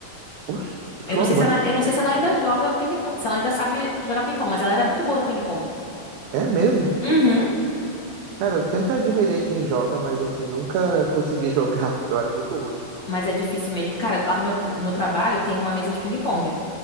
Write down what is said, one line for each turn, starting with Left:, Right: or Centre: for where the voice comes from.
Right: Oxe, sua
Left: Eu não sei
Right: mãe?
Left: se ela, eu não sei se ela ainda joga ping-pong, se ela ainda sabe jogar ping-pong, mas ela era muito boa no ping-pong.
Right: É mesmo?
Left: Uhum,
Right: Cara, eu sempre admirei quem joga, mas assim, nunca consegui jogar. <laughs> Eu era muito ruim.
Left: mas é difícil mesmo. Cara, lá no meu, no meu trabalho tem uma mesa de ping-pong,